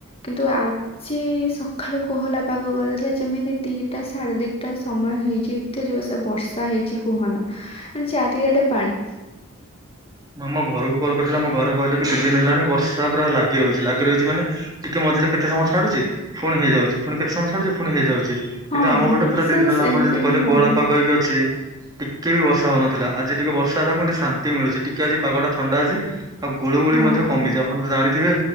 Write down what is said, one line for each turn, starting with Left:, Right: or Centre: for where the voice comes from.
Left: କିନ୍ତୁ ଆଜି କି ସକାଳୁ କୋହଲା ପାଗ କରିଦେଲେ ଯେମିତି ଦିଟା ସାଢେ ଦିଟା ସମୟ ହେଇଛି ଏତେ ଯୋର ବର୍ଷା ହେଇଛି କୁହନା ମ ଚାରିଆଡେ ପାଣି।
Right: ଆମ ଘରକୁ କଲ କରିଥିଲା ଆମ ଘରେ କହିଲେ କି ଦି ଦିନ ହେଲାଣି ବର୍ଷା ପୁରା ଲାଗି ରହିଛି, ଲାଗି ରହିଛି ମାନେ ଟିକେ ମଝିରେ କେତେ ସମୟ ଛାଡୁଚି ଫୁଣି ହେଇଯାଉଛି, ଫୁଣି କେତ ସମୟ ଛାଡୁଚି ଫୁଣି ହେଇଯାଉଛି। କିନ୍ତୁ
Left: ହଁ
Right: ଆମ
Left: ହଁ
Right: ଗୋଟେ ପୁରା
Left: ସେଟା
Right: ଦିନ ହେଲା
Left: ସେମିତି
Right: ଆପଣ ଯେମତି କହିଲେ
Left: ହିଁ ହବ
Right: କୋହଲା ପାଗ ହେଇକି ଅଛି। ଟିକେ ବି ବର୍ଷା ହଉନଥିଲା, ଆଜି ଟିକେ ବର୍ଷା ହେଲା କ ଟିକେ ଶାନ୍ତି ମିଳୁଛି, ଟିକେ ଆଜି ପାଗ ଟା ଥଣ୍ଡା ଅଛି। ଆଉ ଗୁଳୁ ଗୁଳି
Left: ହଁ
Right: ମଧ୍ୟ
Left: ହଁ
Right: କମିଛି ଆପଣ ତ ଜାଣିଥିବେ